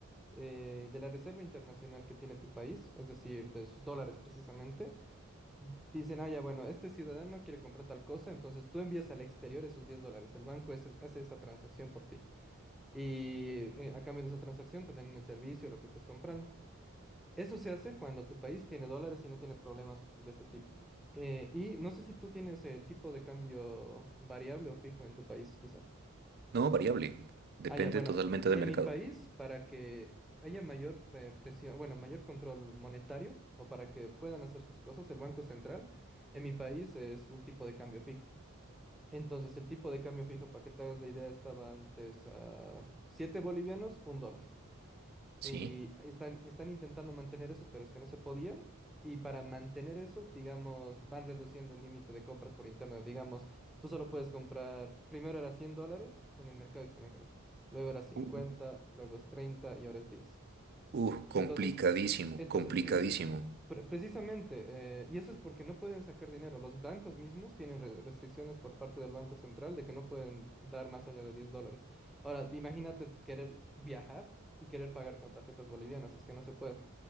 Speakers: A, in the centre; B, on the right.
A: eh, de la reserva internacional que tiene tu país, es decir, de sus dólares precisamente, dicen, ah, ya, bueno, este ciudadano quiere comprar tal cosa, entonces tú envías al exterior esos 10 dólares, el banco hace, hace esa transacción por ti. Y eh, a cambio de esa transacción te dan el servicio, lo que estés comprando. Eso se hace cuando tu país tiene dólares y no tiene problemas de este tipo. Eh, y no sé si tú tienes el tipo de cambio variable o fijo en tu país, quizá.
B: No, variable. Depende
A: Ah, ya, bueno,
B: totalmente del
A: en
B: mercado.
A: mi país, para que haya mayor eh, presión, bueno, mayor control monetario o para que puedan hacer sus cosas, el Banco Central en mi país es un tipo de cambio fijo. Entonces, el tipo de cambio fijo, para que te hagas la idea, estaba antes a 7 bolivianos, un dólar.
B: Sí.
A: Y están, están intentando mantener eso, pero es que no se podía. Y para mantener eso, digamos, van reduciendo el límite de compras por internet. Digamos, tú solo puedes comprar, primero era 100 dólares en el mercado extranjero, luego era cincuenta
B: Uh,
A: luego es 30 y ahora es diez
B: uh, complicadísimo,
A: Entonces, entonces,
B: complicadísimo.
A: ¿qué, Pre- Precisamente, eh, y eso es porque no pueden sacar dinero. Los bancos mismos tienen re- restricciones por parte del Banco Central de que no pueden dar más allá de 10 dólares. Ahora, imagínate querer viajar y querer pagar con tarjetas bolivianas, es que no se puede.